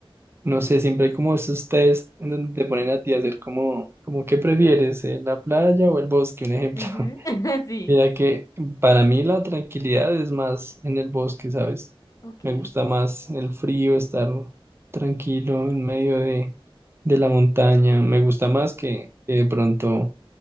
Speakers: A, on the right (about 25°); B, on the left (about 35°).
A: no sé, siempre hay como esos test en donde te ponen a ti a hacer como, como ¿qué prefieres, eh, la playa o el bosque? Un ejemplo.
B: Ujú.
A: <laughs>
B: <laughs> Sí.
A: Mira que para mí la tranquilidad es más en el bosque, ¿sabes?
B: Ok.
A: Me gusta más el frío, estar tranquilo en medio de, de la montaña. Me gusta más que, que de pronto